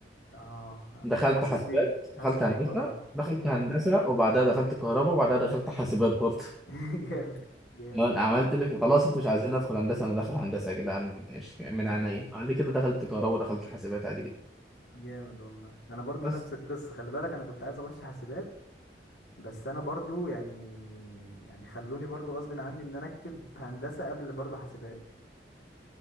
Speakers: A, on the left; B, in the centre.
A: اه
B: دخلت
A: حاسس
B: حاسبات
A: بيك حاسس
B: دخلت
A: بيك
B: هندسه
A: والله
B: دخلت هندسه وبعدها دخلت كهرباء وبعدها دخلت حاسبات برضه
A: <laughs> جامد جامد
B: ما أنا عملت اللي في- خلاص انتوا مش عايزين ادخل هندسه انا داخل هندسه يا جدعان ماشي من عنا ايه عندي كده دخلت كهرباء دخلت حاسبات عادي جدا
A: جامد والله انا برضو
B: بس
A: نفس القصه خلي بالك انا كنت عايز اخش حاسبات بس انا برضو يعني يعني خلوني برضو غصب عني ان انا اكتب هندسه قبل برضو حاسبات